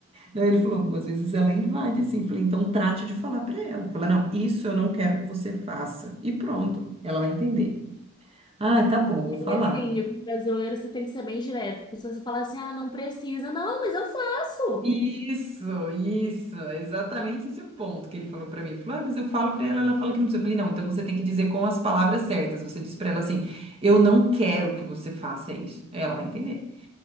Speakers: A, on the right; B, on the left.
A: Daí ele falou, algumas vezes ela invade, assim. Falei, então trate de falar para ela. Fala, não, isso eu não quero que você faça. E pronto, ela vai entender. Ah, tá bom, vou falar.
B: E assim, e com o brasileiro você tem que ser bem direto, porque se você falar assim, ah, não precisa, não, mas eu faço.
A: Isso, isso, exatamente esse o ponto que ele falou pra mim. Ele Falou, ah, mas eu falo pra ela, ela fala que não precisa. Eu falei, não, então você tem que dizer com as palavras certas. Você diz pra ela assim, eu não quero que você faça isso. Aí Ela vai entender.